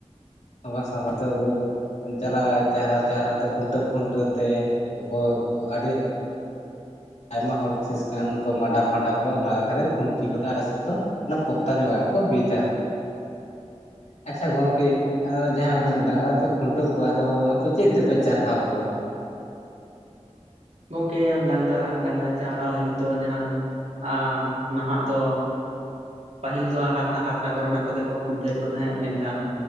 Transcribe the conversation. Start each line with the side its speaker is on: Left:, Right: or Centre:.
Left: ᱟᱸᱵᱟ ᱥᱟᱸᱵᱟ ᱛᱮ ᱜᱳᱫᱼᱼ ᱪᱟᱞᱟᱜ ᱟᱭ ᱪᱟᱨᱦᱟᱣ ᱪᱟᱨᱦᱟᱣ ᱛᱮ ᱠᱷᱩᱱᱴᱟᱹᱣ ᱠᱷᱩᱱᱴᱟᱹᱣ ᱛᱮ ᱚᱠᱚᱭ ᱠᱚ ᱟᱰᱤᱼᱼ ᱟᱭᱢᱟ ᱦᱚᱲ ᱥᱮᱥ ᱠᱟᱱ ᱠᱚ ᱢᱟᱰᱟ ᱯᱷᱟᱸᱰᱟ ᱠᱚᱣᱟ ᱚᱱᱟ ᱠᱷᱟᱹᱛᱤᱨ ᱠᱷᱩᱱᱴᱤ ᱠᱚᱫᱚ ᱟᱞᱮ ᱥᱮᱜ ᱫᱚᱼᱼ ᱚᱱᱟ ᱯᱚᱠᱛᱟ ᱧᱚᱜᱟᱜ ᱜᱮᱠᱚ ᱵᱤᱫᱟ ᱟᱪᱪᱷᱟ ᱜᱚᱝᱠᱮᱼᱼ ᱟᱫᱚ ᱡᱟᱦᱟᱸ
Right: ᱟᱪᱪᱷᱟ
Left: ᱚᱱᱟ
Right: ᱜᱚᱝᱠᱮ
Left: ᱰᱟᱝᱨᱟ ᱯᱮ ᱠᱷᱩᱱᱴᱟᱹᱣ ᱠᱚᱣᱟ ᱟᱫᱚ ᱟᱯᱮ ᱪᱮᱫ ᱛᱮᱯᱮ ᱪᱟᱨᱦᱟᱣ ᱠᱚᱣᱟ?
Right: ᱜᱚᱝᱠᱮ ᱚᱱ ᱰᱟᱝᱨᱟ ᱰᱟᱝᱨᱟ ᱪᱟᱶᱨᱟ ᱞᱟᱹᱜᱤᱫ ᱫᱚ ᱡᱟᱦᱟᱸ ᱟᱸ ᱱᱟᱦᱟᱜ ᱫᱚᱼᱼ ᱯᱟᱦᱤᱞ ᱫᱚ ᱦᱟᱨᱛᱟ ᱦᱟᱨᱛᱟ ᱠᱚᱨᱮ ᱱᱟᱜ ᱠᱚᱛᱮ ᱠᱚ ᱠᱷᱩᱱᱴᱟᱹᱣᱮᱫ ᱠᱚ ᱛᱟᱦᱮᱸᱫ ᱢᱮᱱᱠᱷᱟᱱᱼᱼ